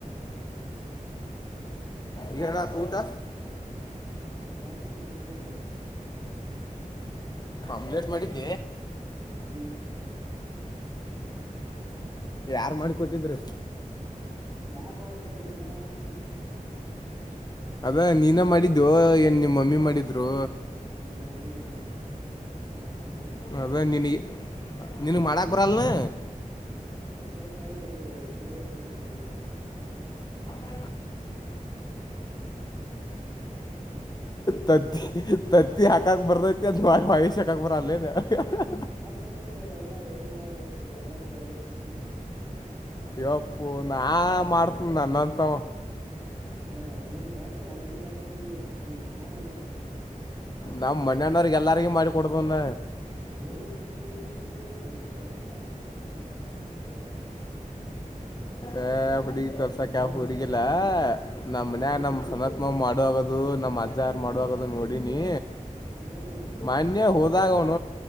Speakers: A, on the left (about 30°); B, in the centre.
A: ಈಗತ್ತು ಊಟ
B: ಚಪಾತಿ ಅಂಬಲೇಟ್
A: ಆಮ್ಲೆಟ್ ಮಾಡಿದ್ದೆ
B: ಹ್ಮ್
A: ಯಾರ್ ಮಾಡಿಕೊಟ್ಟಿದರು
B: ಯಾರು ಮಾಡ್ದಲ್ಲಿ ಮನೆಯಾಗ ಬಂದೀನಿ
A: ಅದ ನೀನ ಮಾಡಿದ್ದು ಏನ್ ನಿಮ್ಮ ಮಮ್ಮಿ ಮಾಡಿದ್ರು
B: <unintelligible> ನಾ ಮಾಡ
A: ಅದೇ ನೀನ್ ನೀನಿಗ್ ಮಾಡಾಕರಲ್ನು
B: ಬರ್ತೇತೆ ಆ ಆದ್ರೆ ತಿರ್ವಕಾಕ್ ಬರಗಿಲ್ಲ
A: <unintelligible> <unintelligible> ತ ತತಿ ಹಕಕ್ ಬರತ <unintelligible> <unintelligible>
B: ಆಟಾಕತ ಎಲ್ಲ ಎಲ್ಲಿ ಹಾಳೆ ಹಕ್ತಿ ಔರಂಗುಲು
A: ಇವಪ್ಪು ನಾ ಮಾಡ್ತನ ನನ್ನಂತ
B: ಹ ನೀ ಬಾಟ್ರ ಅಡುಗೆ ಬಟ್ರ ನೀ ನೀ ಮಡನವ
A: ನಾವ್ ಮಣ್ಣಣ್ಣವ್ರಿಗೆ ಎಲ್ಲರಿಗ ಮಾಡಿ ಕೊಡತಂದ
B: ಓಯ್ಯೋಯ್ಯೋ ನೀಮ್ ಉಡ್ಗಿ ಕಸ್ಯಾಲ ಅಂಗಾರ ಪಲ್ಲ ಬೆಂಗ
A: ಆ ಉಡ್ಗಿ ಕಲ್ಸಕ ಯಾವ್ ಉಡ್ಗಿ ಇಲ್ಲ ನಮ್ಮ್
B: ಹ್ಮ್
A: ಮನ್ ನಮ್ ಸನತ್ ಮಾಮ ಮಾಡುವಾಗದು ನಮ್ಮ ಅಜ್ಜಾರ ಮಾಡುವಾಗದು ನೋಡಿನಿ
B: ಹ್ಮ್
A: ಮಾನ್ಯ ಹೋದಾಗಣ